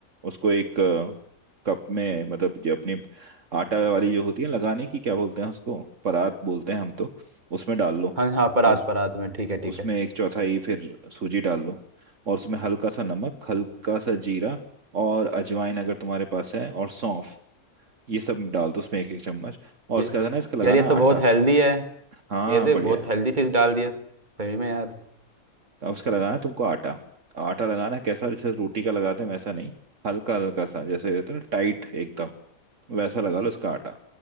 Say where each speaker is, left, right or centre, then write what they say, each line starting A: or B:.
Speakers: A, on the right; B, on the right.
A: उसको एक अ, कप में मतलब जो अपनी आटा वाली जो होती है लगाने की क्या बोलते हैं उसको परात बोलते हैं हम तो उसमें डाल लो
B: हाँ हाँ परात
A: और उस-
B: परात में ठीक है ठीक
A: उसमें
B: है
A: एक चौथाई फिर सूजी डाल लो और उसमें हल्का सा नमक हल्का सा जीरा और अजवाइन अगर तुम्हारे पास है और सौंफ ये सब डाल दो उसमें एक एक चम्मच और
B: ये
A: उसके बाद है ना इसका लगाना
B: यार ये तो
A: आटा
B: बहुत हेल्दी है
A: हाँ
B: ये तो
A: बढ़िया
B: बहुत हेल्दी चीज़ डाल दी है सही में यार
A: तो अब उसका लगाना है तुमको आटा आटा लगाना है कैसा जैसे रोटी का लगाते हैं वैसा नहीं हल्का हल्का सा जैसे कहते हैं ना टाइट एकदम वैसा लगा लो उसका आटा